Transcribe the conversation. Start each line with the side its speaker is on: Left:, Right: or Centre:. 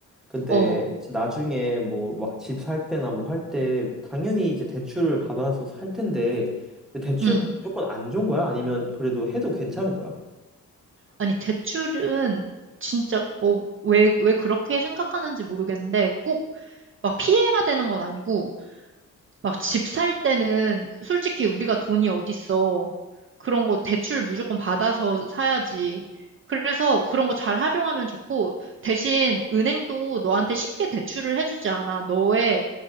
Centre: 근데
Right: 어,
Centre: 이제 나중에 뭐 막 집 살 때나 뭐 할 때 당연히 이제 대출을 받아서 살 텐데 근데 대출은
Right: 응.
Centre: 무조건 안 좋은 거야? 아니면 그래도 해도 괜찮은 거야?
Right: 아니, 대출은 진짜, 어, 왜, 왜 그렇게 생각하는지 모르겠는데, 꼭 막 피해야 되는 건 아니고, 막 집 살 때는 솔직히 우리가 돈이 어딨어. 그런 거 대출 무조건 받아서 사야지. 그래서 그런 거 잘 활용하면 좋고, 대신 은행도 너한테 쉽게 대출을 해주지 않아. 너의